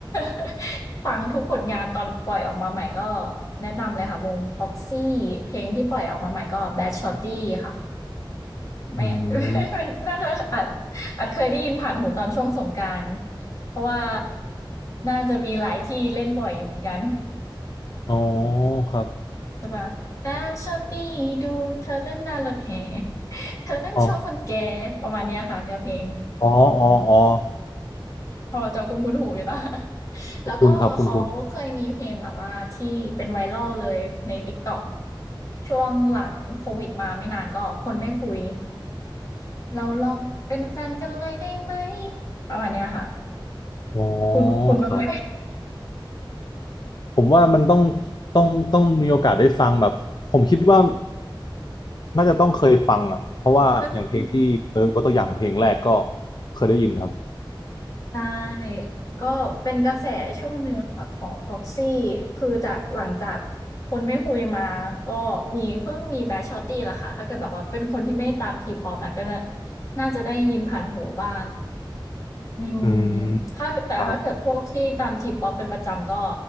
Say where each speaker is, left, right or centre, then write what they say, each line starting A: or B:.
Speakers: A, on the left; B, on the left.
A: <laughs> ฟังทุกผลงานตอนปล่อยออกมาใหม่ก็แนะนำเลยค่ะวง Proxy เพลงที่ปล่อยออกมาใหม่ก็ Bad Shorty ค่ะ แม่
B: อืม
A: <laughs> น่าจะอาจอาจเคยได้ยินผ่านหูตอนช่วงสงกรานต์เพราะว่าน่าจะมีหลายที่เล่นบ่อยอยู่เหมือนกัน
B: อ๋อครับ
A: ใช่ปะแล้ชอบตีดูเธอเต้นหน้ารถแห่ เธอเต้นโชว์คนแก่ประมาณเนี้ยค่ะแนวเพลง
B: อ๋ออ๋ออ๋ออ๋อ
A: พอจะคุ้นคุ้นหูอยู่แล้ว <laughs> แล้วก็เขาเคยมีเพลงแบบว่าที่เป็นไวรัลเลยใน
B: คุณครับคุณคุณครับ
A: TikTok ช่วงหลังโควิดมาไม่นานก็คนไม่คุย เราลองเป็นแฟนกันเลยได้ไหมประมาณเนี้ยค่ะ
B: อ๋อ
A: คุณคุณบ้างไหม
B: ครับผมว่ามันต้องต้องต้องมีโอกาสได้ฟังแบบผมคิดว่าน่าจะต้องเคยฟังอะเพราะว่าอย่างเพลงที่เติร์ดยกตัวอย่างเพลงแรกก็
A: <laughs>
B: เคยได้ยินครับ
A: ใช่ก็เป็นกระแสช่วงหนึ่งค่ะของ Proxy คือจากหลังจากคนไม่คุยมาก็มีเพิ่งมีแบทชอตตี้ละค่ะถ้าเกิดแบบว่าเป็นคนที่ไม่ตามทีป๊อปนะก็น่าจะได้ยินผ่านหูบ้างอืม
B: อืม
A: ถ้าแต่ถ้าเกิดพวกที่ตามทีป๊อปเป็นประจำก็
B: ครับ